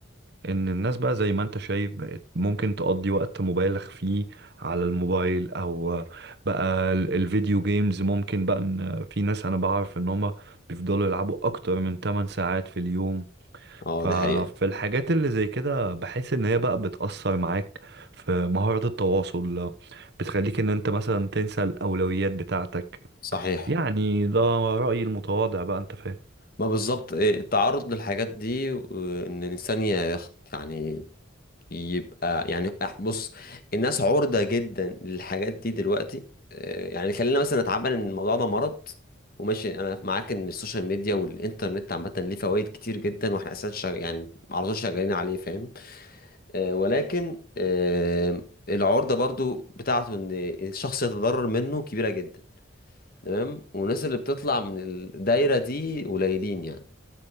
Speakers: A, on the right; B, on the left.
A: ان الناس بقى زي ما انت شايف بقت ممكن تقضي وقت مبالغ فيه على الموبايل او بقى ال- الفيديو جيمز ممكن بقى ان في ناس انا بعرف ان هما بيفضلوا يلعبوا اكتر من 8 ساعات في اليوم
B: اه
A: ففي
B: دي حقيقه
A: الحاجات اللي زي كده بحس ان هي بقى بتأثر معاك في مهارة التواصل بتخليك ان انت مثلا تنسى الاولويات بتاعتك
B: صحيح
A: يعني ده رأيي المتواضع بقى انت فاهم
B: ما بالظبط إيه، التعرض للحاجات دي وان الانسان يخت يعني يبقى يعني أح- بص الناس عرضة جدا للحاجات دي دلوقتي إيه، يعني خلينا مثلا نتعامل ان الموضوع ده مرض وماشي انا معاك ان السوشيال ميديا والانترنت عامة ليه فوائد كتير جدا واحنا اساسا شغ... يعني على طول شغالين عليه فاهم إيه، ولكن إيه، العرضة برضو بتاعته ان الشخص يتضرر منه كبيرة جدا تمام والناس اللي بتطلع من الدايرة دي قليلين يعني